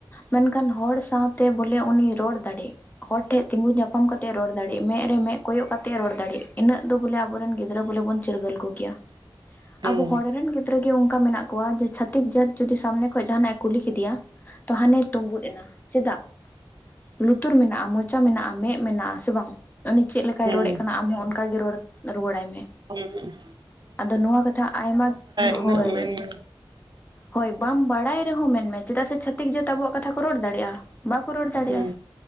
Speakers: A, on the left (about 20°); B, on the right (about 55°).
A: ᱢᱮᱱᱠᱷᱟᱱ ᱦᱚᱲ ᱥᱟᱶᱛᱮ ᱵᱚᱞᱮ ᱩᱱᱤ ᱨᱚᱲ ᱫᱟᱲᱮᱜᱭᱟᱜ ᱦᱚᱲ ᱴᱷᱮᱡ ᱛᱤᱸᱜᱩ ᱧᱟᱯᱟᱢ ᱧᱟᱯᱟᱢ ᱠᱟᱛᱮ ᱨᱚᱲ ᱫᱟᱲᱮᱜ ᱢᱟ᱾ ᱢᱮᱫ ᱨᱮ ᱢᱮᱫ ᱠᱚᱭᱚᱜ ᱠᱟᱛᱮ ᱨᱚᱲ ᱤᱱᱟᱹᱜ ᱫᱚ ᱵᱚᱞᱮ ᱟᱵᱚᱨᱮᱱ ᱜᱤᱫᱽᱨᱟᱹ ᱵᱚᱞᱮ ᱵᱚᱱ ᱪᱤᱨᱜᱟᱹᱞ ᱠᱚᱜᱮᱭᱟ᱾
B: ᱦᱩᱸ
A: ᱟᱵᱚ ᱦᱚᱲ ᱨᱮᱱ ᱜᱤᱫᱽᱨᱟᱹ ᱜᱮ ᱚᱱᱠᱟ ᱢᱮᱱᱟᱜ ᱠᱚ ᱵᱚᱱᱟ᱾ ᱠᱚᱣᱟ ᱡᱮ ᱪᱷᱟᱹᱛᱤᱠ ᱡᱟᱹᱛ ᱡᱩᱫᱤ ᱥᱟᱢᱱᱮ ᱠᱷᱚᱱ ᱡᱟᱦᱟᱱᱟᱜ ᱮ ᱠᱩᱞᱤ ᱠᱮᱫᱮᱭᱟ, ᱛᱚ ᱦᱟᱱᱮ ᱛᱩᱸᱵᱩᱫ ᱮᱱᱟ᱾ ᱪᱮᱫᱟᱜ? ᱞᱩᱛᱩᱨ ᱢᱮᱱᱟᱜᱼᱟ, ᱢᱚᱪᱟ ᱢᱮᱱᱟᱜᱼᱟ, ᱢᱮᱫ ᱢᱮᱱᱟᱜᱼᱟ ᱥᱮ ᱵᱟᱝ ᱩᱱᱤ ᱪᱮᱫᱞ ᱞᱮᱠᱟᱭ
B: ᱦᱩᱸ
A: ᱨᱚᱲᱮᱫ ᱠᱟᱱᱟ ᱟᱢ ᱦᱚᱸ ᱚᱱᱠᱟᱜ ᱜᱮ ᱨᱚᱲ ᱨᱩᱣᱟᱹᱲᱟᱭ ᱢᱮ᱾
B: ᱦᱮᱸ
A: ᱟᱫᱚ ᱱᱚᱣᱟ ᱠᱟᱛᱷᱟ ᱟᱭᱢᱟ
B: ᱤᱱᱟᱹᱜ
A: ᱦᱳᱭ
B: ᱢᱮᱱ ᱢᱮ
A: ᱦᱳᱭ ᱵᱟᱢ ᱵᱟᱲᱟᱭ ᱨᱮᱦᱚᱸ ᱢᱮᱱᱢᱮ ᱪᱮᱫᱟᱜ ᱥᱮ ᱪᱷᱟᱹᱛᱤᱠ ᱡᱟᱹᱛ ᱟᱵᱚᱣᱟᱜ ᱠᱟᱛᱷᱟ ᱠᱚ ᱨᱚᱲ ᱫᱟᱲᱮᱭᱟᱜᱼᱟ᱾ ᱵᱟᱠᱚ ᱨᱚᱲ ᱫᱟᱲᱮᱜᱼᱟ
B: ᱦᱩᱸ